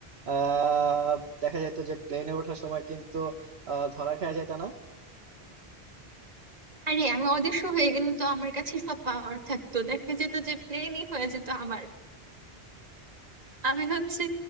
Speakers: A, on the right; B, on the right.
A: আহ দেখা যেত যে প্লেনে ওঠার সময় কিন্তু আহ ধরা খেয়ে যেত না
B: আরে আমি অদৃশ্য হয়ে গেলে তো আমার কাছে সব পাওয়ার থাকতো দেখা যেত যে প্লেনই হয়ে যেত আমার আমি হচ্ছে